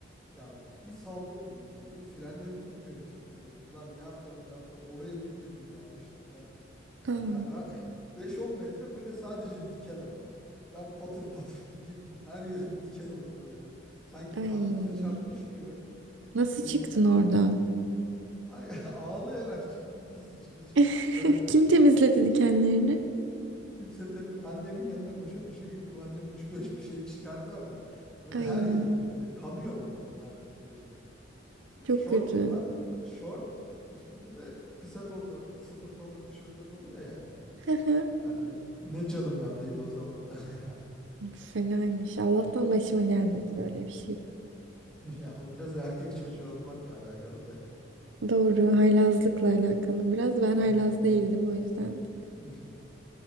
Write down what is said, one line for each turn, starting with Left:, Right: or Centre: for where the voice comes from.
Centre: Ya bir saldım bir gün böyle frenleri tutmuyor bisikletin. Ulan ne yapsam ne yapsam oraya bir girdim yanlışlıkla.
Right: Aa,
Centre: Yani ra- <laughs> 5-10 metre böyle sadece diken ama. Ben patır patır bir girdim. Her yerim diken oldu böyle. Sanki
Right: ay.
Centre: kaktüse çarpmış gibi.
Right: Nasıl
Centre: Çocuk
Right: çıktın
Centre: ya.
Right: oradan?
Centre: Ay, <laughs> ağlayarak çıktım. Nasıl çıkacağım?
Right: <laughs>
Centre: Canım ya.
Right: Kim temizledi dikenlerini?
Centre: Kimse temiz. Annemin yanına koşa koşa gittim. Annem üç beş bir şey çıkardı ama. Böyle
Right: Ay,
Centre: her yerim böyle. Kanıyorum ama ben artık böyle.
Right: çok
Centre: Şortum
Right: kötü.
Centre: var. Şort. Üstümde de kısa kollu, sıfır kollu tişörtler oluyor ya.
Right: <laughs>
Centre: Ben ne, ne canım yandıydı o zamanlar <laughs> ya.
Right: Fenaymış. Allah'tan başıma gelmedi böyle bir şey.
Centre: <laughs> Ya o biraz erkek çocuğu olmakla alakalı da.
Right: Doğru, haylazlıkla alakalı. Biraz ben
Centre: Yani
Right: haylaz değildim o yüzden.
Centre: <laughs>